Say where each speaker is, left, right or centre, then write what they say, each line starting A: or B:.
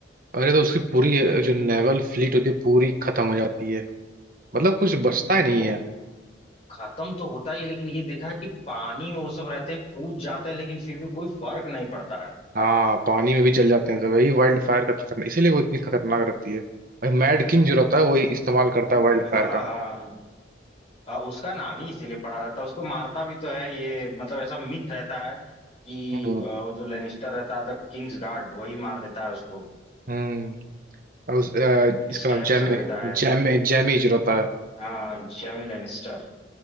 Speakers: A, on the right; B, on the left.
A: अरे तो उसकी पूरी जो नेवल फ्लीट होती है पूरी खत्म हो जाती है मतलब कुछ बचता ही नहीं
B: वो
A: है
B: खत्म तो होता ही है लेकिन ये देखा है कि पानी में वो सब रहते हैं कूद जाते हैं लेकिन फिर भी कोई फर्क नहीं पड़ता है
A: हाँ पानी में भी जल जाते हैं सब वही वाइल्ड फायर का खतरनाक इसीलिए वो इतनी खतरनाक रहती है और मैड किंग जो रहता है वही इस्तेमाल करता है वाइल्ड
B: हाँ
A: फायर का
B: हाँ अ, उसका नाम ही इसीलिए पड़ा रहता है उसको मारता भी तो है ये मतलब ऐसा मिथ रहता है कि
A: हम्म
B: अ, वो जो लेनिस्टर रहता है द किंग्स गार्ड वही मार देता है उसको
A: हम्म और उस, अ, इसका
B: स्टैब
A: नाम जैमे
B: कर देता है
A: जैमे जैमी जो रहता है
B: हाँ जेमी लेनिस्टर